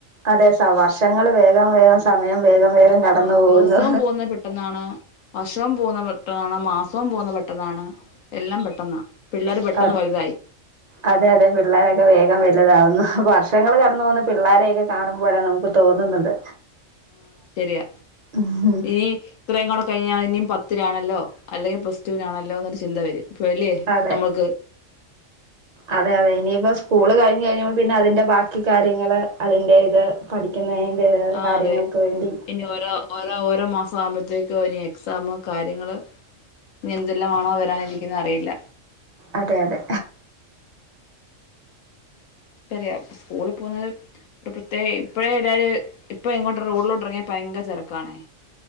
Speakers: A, on the right; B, on the left.
A: അതെ ഷ വർഷങ്ങള് വേഗം വേഗം സമയം വേഗം വേഗം കടന്നു
B: ആഹ്
A: പോകുന്നു
B: ദിവസവും പോകുന്ന പെട്ടെന്നാണ്. വർഷവും പോവുന്ന പെട്ടന്നാണ്. മാസവും പോകുന്ന പെട്ടെന്നാണ് എല്ലാം പെട്ടെന്നാ പിള്ളേര് പെട്ടെന്ന്
A: അതെ
B: വലുതായി
A: അതെ അതെ. പിള്ളാരൊക്കെ വേഗം വലുതാവകുന്നു. വർഷങ്ങൾ കടന്നു പോകുന്ന പിള്ളോരെയൊക്കെ കാണുമ്പോഴാ നമുക്ക് തോന്നുന്നത്.
B: ആഹ് ശരിയാ
A: ഉം
B: ഈ ഇത്രയും നാള് കഴിഞ്ഞാൽ ഇനി പത്തിലാണല്ലോ. അല്ലെങ്കിൽ പ്ലസ്ടുവിനാണല്ലോ എന്നൊരു ചിന്ത വരും. ഇപ്പഅല്ലേ
A: അതെ
B: ഞമ്മക്ക്.
A: അതെ അതെ. ഇനിയിപ്പോ സ്കൂള് കഴിഞ്ഞ് കഴിയുമ്പോൾ പിന്നെ അതിന്റെ ബാക്കി കാര്യങ്ങള് അതിന്റെ ഇത്. പഠിക്കുന്നതിൻ്റെ
B: ആ
A: കാര്യങ്ങൾക്ക്
B: അതെ
A: വേണ്ടി.
B: ഇനി ഓരോ ഓരോ ഓരോ മാസം ആവുമ്പോഴത്തേക്കും ഇനി എക്സാം കാര്യങ്ങള്. ഇനി എന്തെല്ലാമാണോ വരാനിരിക്കെന്ന് അറിയില്ല.
A: അതെ അതെ.
B: ശരിയാ. സ്കൂളിൽ പോകുന്നത്. ഇ പ്രത്യേക ഇപ്പോഴേ എല്ലാരും ഇപ്പ ഇങ്ങോട്ട് റോഡിലോട്ട ഇറങ്ങിയ ഭയങ്കര തിരക്കാണേ.